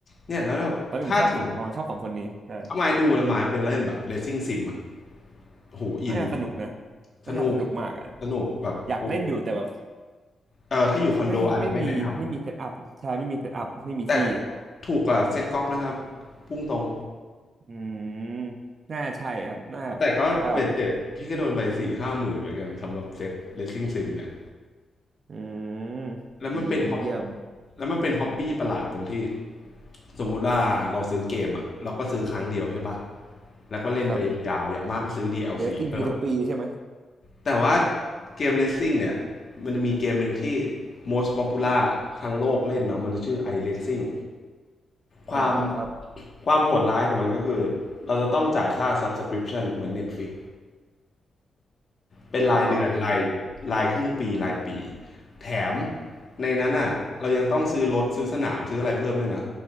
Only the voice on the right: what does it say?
ตอนนี้ผมชอบสองประมาณชอบสองคนนี้ใช่
น่าจะสนุกนะน่าจะสนุกมากอ่ะ
อยากเล่นอยู่แต่แบบ
ไม่ไม่มีไม่มีเซตอัพใช่ไม่มีเซตอัพไม่มีที่
อืมน่าใช่ครับน่า
แต่แบบอืม
ดีเลยเยี่ยม
ครับ
เดซซิ่งทุกปีใช่ไหม
อ่าครับ
อ๋อ